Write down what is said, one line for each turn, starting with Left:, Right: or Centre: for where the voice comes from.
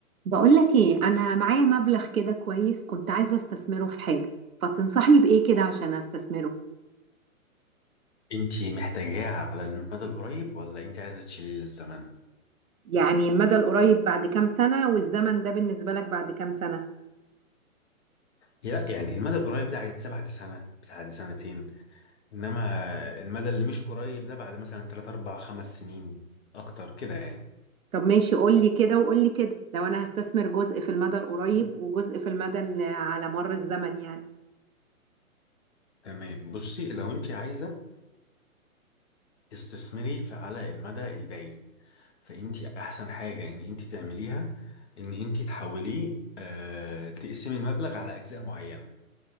Right: بقولك ايه انا معايا مبلغ كده كويس كنت عايزة استثمره في حاجة فتنصحني بايه كده عشان استثمره
Left: انتي محتاجاه على المدى القريب ولا انتي عايزه تشيليه للزمن
Right: يعني المدى القريب بعد كام سنة والزمن ده بالنسبة لك بعد كام سنة
Left: لا يعني المدى القريب ده عايزاه بعد سنه بس بعد سنتين انما المدى اللي مش قريب ده بعد مثلا 3 4 5 سنين اكتر كده يعني
Right: طب ماشي قولي كده وقولي كده لو انا هستثمر جزء في المدى القريب وجزء في المدى ال- على مر الزمن يعني
Left: تمام بصي لو انتي عايزه تستثمري في على المدى البعيد فانتي احسن حاجه ان انتي تعمليها ان انتي تحوليه آه تقسمي المبلغ على اجزاء معينه